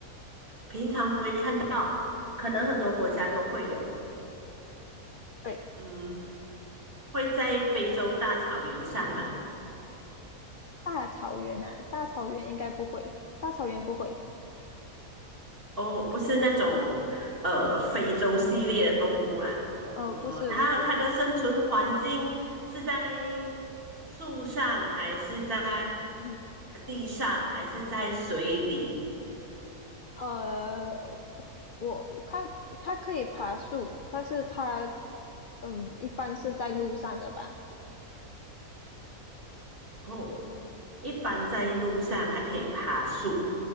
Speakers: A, on the right; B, on the left.
A: 平常不会看到，可能很多国家都会有。
B: 对。
A: 嗯，会在非洲大草原上嘛？
B: 大草原啊，大草原应该不会，大草原不会，
A: 哦，不是那种呃非洲系列的动物啦。
B: 呃，
A: 嗯，
B: 不是不是，
A: 它它的生存环境是在树上，还是在
B: <clears throat>
A: 地上，还是在水里？
B: 呃，我我看它可以爬树，但是它，嗯，一般是在路上的吧，
A: 哦，一般在路上，它可以爬树。